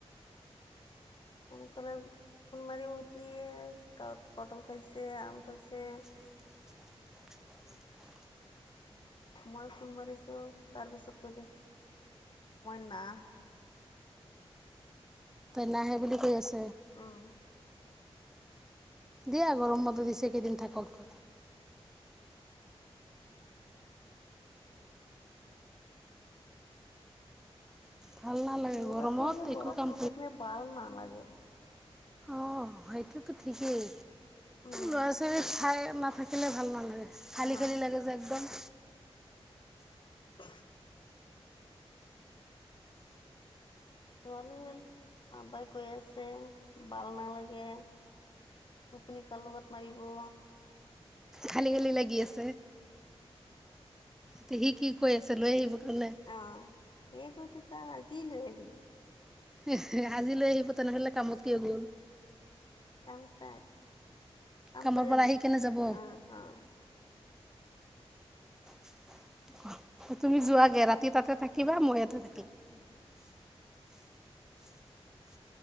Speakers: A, on the left (about 50°); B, in the centre.
A: সোনকালে টকোন মাৰি উঠি ক কটল খাইছে আম খৈছে
B: <unintelligible>
A: মই ফোন মাৰিছো তাৰ পিছত কৈ দিছো মই না
B: নাই বুলি কৈছো।
A: উম
B: দিয়া গৰম বন্দ দিছে কেইদিন থাকক। ভাল নালাগে
A: লৰা
B: গৰমত
A: ছোৱালী ঘৰত
B: একো কাম
A: নাথাকিলে ভাল নালাগে।
B: অ', সেইটোতো ঠিকেই,
A: উম
B: ল'ৰা ছোৱালী থাই মা থাকিলে ভাল নালাগে, খালি
A: অ
B: খালি লাগে যে একদম।
A: <inaudible> ছোৱালীৰ আাব্বাই কৈ আছে, বাল নালাগে টোপনি কাৰ লগত মাৰিব অ'
B: খালি খালি লাগি আছে সি কি কৈ আছে লৈ আহিব? কাৰণে
A: অ', সি কৈ থৈছে আজিয়ে লৈ আহিব।
B: ইচ, আজি লৈ আহিব তেনেহলে কামত কিয় গল?
A: <inaudible>
B: কামৰ পৰা আহি কেনে যাব <inaudible> তুমি যোৱাগে, ৰাতি তাতে থাকিবা, মই ইয়াতে থাক
A: উম